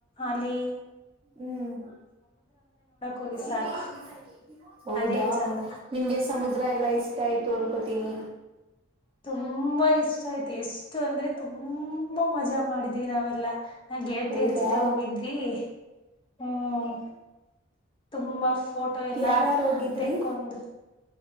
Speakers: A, on the left (about 25°); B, on the right (about 25°).
A: ಅಲಿ
B: ಹ್ಮ್ <unintelligible>
A: ಹೋಗಿ ಸಾಕು
B: ಹೌದಾ
A: ಅದೇ ಚಂದ
B: ನಿಮ್ಗೆ ಸಮುದ್ರ ಎಲ್ಲಾ ಇಷ್ಟ ಆಯ್ತು ಅನ್ಕೋತೀನಿ.
A: ತುಂಬಾ ಇಷ್ಟ ಆಯ್ತು ಎಷ್ಟು ಅಂದ್ರೆ ತುಂಬಾ ಮಜಾ ಮಾಡಿದ್ವಿ ನಾವೆಲ್ಲ. ನಾ ಗೆಳತಿಯರ
B: ಹೌದಾ,
A: ಜೊತೆ ಹೋಗಿದ್ವಿ. ಹ್ಮ್ ತುಂಬಾ ಫೋಟೋ ಎಲ್ಲಾ
B: ಯಾರ್ಯಾರು ಹೋಗಿದ್ರಿ
A: ತೆಕ್ಕೊಂಡ್